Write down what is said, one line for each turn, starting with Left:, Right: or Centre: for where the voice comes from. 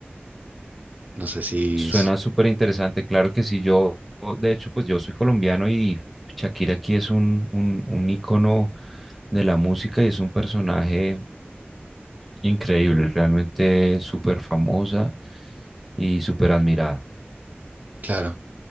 Right: No sé si,
Centre: Suena
Right: si-
Centre: súper interesante, claro que sí, yo, de hecho, pues yo soy colombiano y Shakira aquí es un, un, un ícono de la música y es un personaje increíble, realmente súper famosa y súper admirada.
Right: claro,